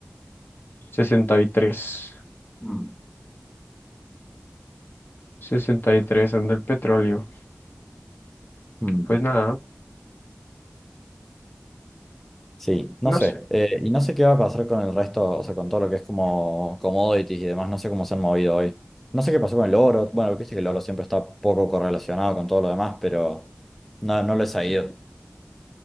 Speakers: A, on the left; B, in the centre.
A: sesenta sesenta y tres
B: Mm,
A: sesenta y tres anda el petróleo.
B: mm.
A: Pues nada,
B: Sí, no
A: no
B: sé.
A: sé.
B: Eh, y no sé qué va a pasar con el resto, o sea, con todo lo que es como commodities y demás, no sé cómo se han movido hoy. No sé qué pasó con el oro. Bueno, viste que el oro siempre está poco correlacionado con todo lo demás, pero no, no lo he seguido.